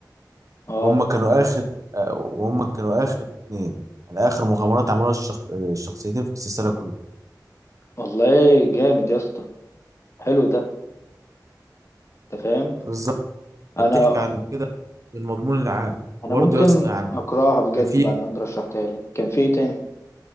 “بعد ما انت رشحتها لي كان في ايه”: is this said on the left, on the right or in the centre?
Left